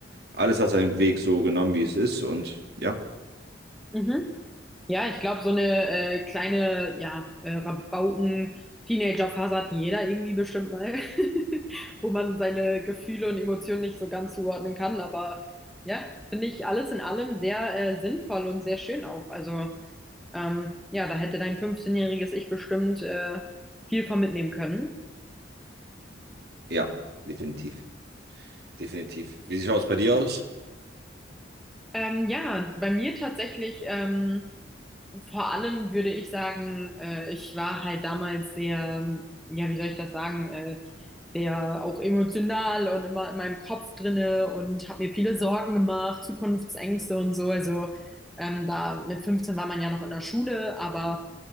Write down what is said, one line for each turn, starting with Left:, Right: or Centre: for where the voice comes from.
Right: alles hat seinen Weg so genommen, wie es ist und ja,
Centre: Mhm. Ja, ich glaube, so eine äh, kleine, ja, äh, Rabauken-Teenager-Phase hat jeder irgendwie bestimmt mal, <laughs> wo man seine Gefühle und Emotionen nicht so ganz zuordnen kann. Aber ja, finde ich alles in allem sehr äh, sinnvoll und sehr schön auch. Also ähm, ja, da hätte dein 15-jähriges Ich bestimmt äh, viel von mitnehmen können.
Right: ja, definitiv, definitiv. Wie schaut es bei dir aus?
Centre: Ähm, ja, bei mir tatsächlich, ähm, vor allem würde ich sagen, äh, ich war halt damals sehr, ähm, ja, wie soll ich das sagen, äh, sehr auch emotional und immer in meinem Kopf drinne und habe mir viele Sorgen gemacht, Zukunftsängste und so. Also ähm, da mit 15 war man ja noch in der Schule, aber